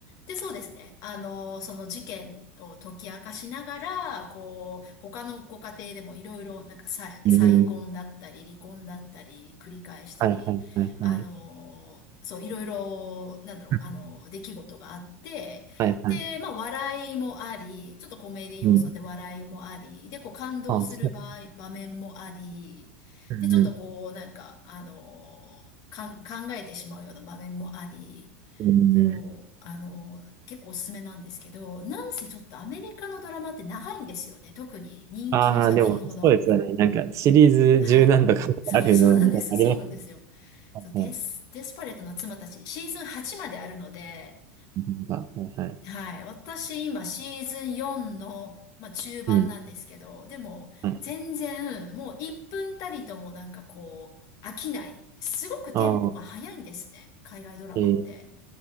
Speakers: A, on the left; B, on the right.
A: で、そうですね。あの、その事件を解き明かしながら、こう、他のご家庭でもいろいろ、なんか再、
B: うんうん
A: 再婚だったり、離婚だったり、繰り返したり、
B: はいはいはいはい。
A: あの、そう、いろいろ、なんだろう、
B: うん
A: あの、出来事があって、
B: はいはい。
A: で、まあ、笑いもあり、ちょっとコメディ要素で笑いもあり、
B: うん。
A: で、こう、感動する場合、
B: あ、そう。
A: 場面もあり、
B: うんうん。
A: で、ちょっとこう、なんか、あの、かん、考えてしまうような場面もあり、
B: うんうん。
A: そう、あの、結構おすすめなんですけど、なんせちょっとアメリカのドラマって長いんですよね。特に人気の作品ほど。
B: ああ、でも、そうですよね。なんか、シリーズ十何とかあるの、
A: はい。そう、<laughs> そうなんですよ。
B: みたいな、ありまし
A: そうなんですよ。
B: たね。
A: そう、デス、デスパレートの妻たち、シーズン8まであるので、
B: うはいはい。
A: はい。私今シーズン4の、まあ、中盤なんですけど、
B: うん。
A: でも全然もう1分たりともなんかこう飽きない。
B: はい。
A: すごくテンポが速いんですね。
B: ああ、
A: 海外ドラマって。
B: えー、